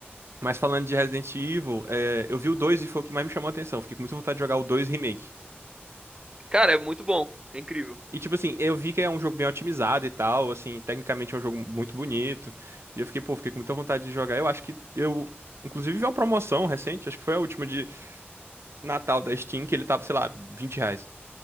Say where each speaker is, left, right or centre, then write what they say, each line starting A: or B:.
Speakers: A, on the right; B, on the right.
A: mas falando de Resident Evil, é, eu vi o 2 e foi o que mais me chamou a atenção. Fiquei com muita vontade de jogar o 2 Remake.
B: Cara, é muito bom. É incrível.
A: E, tipo assim, eu vi que é um jogo bem otimizado e tal, assim, tecnicamente é um jogo muito bonito. E eu fiquei, pô, fiquei com muita vontade de jogar. Eu acho que eu, inclusive, vi uma promoção recente, acho que foi a última de Natal da Steam, que ele tava, sei lá, 20 reais.